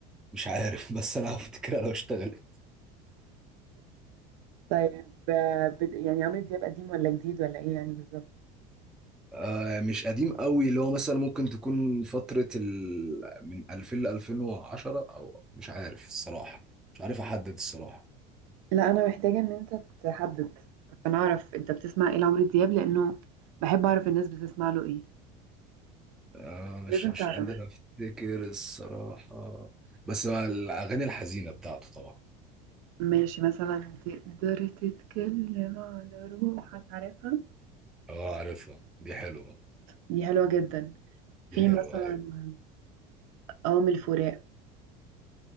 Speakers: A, in the centre; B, on the right.
A: مش عارف <laughs> بس انا هفتكرها لو اشتغلت
B: طيب آه، بت- يعني عمرو دياب قديم ولا جديد ولا ايه يعني بالظبط
A: آه مش قديم قوي اللي هو مثلا ممكن تكون فتره ال... من 2000 ل 2010 او مش عارف الصراحه مش عارف احدد الصراحه
B: لا أنا محتاجة إن أنت تحدد عشان أعرف أنت بتسمع إيه لعمرو دياب لأنه بحب أعرف الناس بتسمع له إيه
A: آه مش
B: لازم
A: مش
B: تعرف
A: قادر افتكر الصراحه بس هو الاغاني الحزينه بتاعته طبعا
B: ماشي مثلا تقدر تتكلم على روحك عارفها
A: اه عارفها دي حلوة
B: دي حلوة جدا في
A: دي حلوة
B: مثلا
A: ايوه
B: قوم الفراق